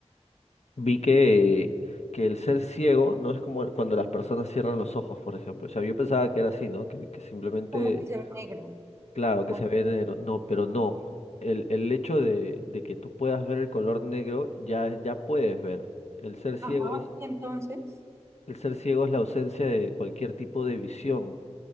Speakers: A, on the left (about 70°); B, on the right (about 25°).
A: vi que, que el ser ciego no es como cuando las personas cierran los ojos, por ejemplo. O sea, yo pensaba que era así, ¿no? Que, que simplemente,
B: Como que se ve negro.
A: claro, que
B: O-
A: se ve negro. No, pero no. El, el hecho de, de que tú puedas ver el color negro, ya, ya puedes ver. El ser ciego
B: ajá,
A: es,
B: y entonces,
A: el ser ciego es la ausencia de cualquier tipo de visión.